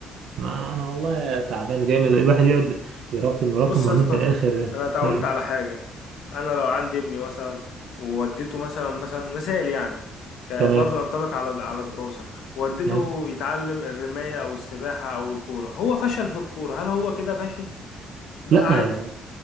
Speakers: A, on the right (about 65°); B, on the left (about 70°).
A: ما انا والله تعبان جامد الواحد يقعد يراكم يراكم
B: بص
A: وبعدين
B: يا اسطى
A: في الاخر
B: انا اتعودت
A: مم.
B: على حاجه انا لو عندي ابني مثلا ووديته مثلا مثلا مثال يعني ك- برضه
A: تمام
B: ينطبق على على الدراسه وديته
A: يعني
B: يتعلم الرمايه او السباحه او الكوره هو فشل في الكوره هل هو كده فاشل لا
A: لا
B: عادي